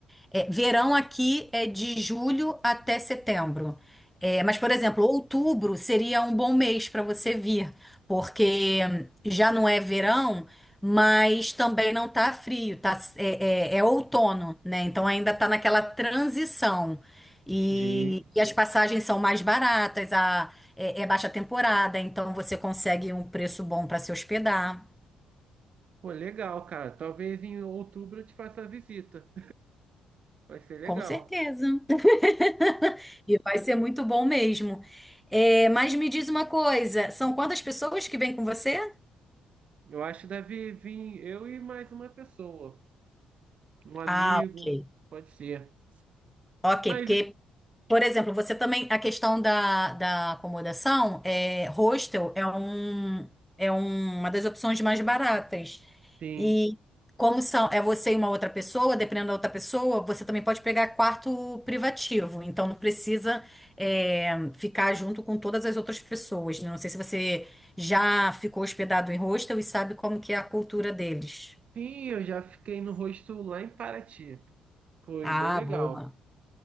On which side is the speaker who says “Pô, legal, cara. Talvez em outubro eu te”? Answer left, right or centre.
Right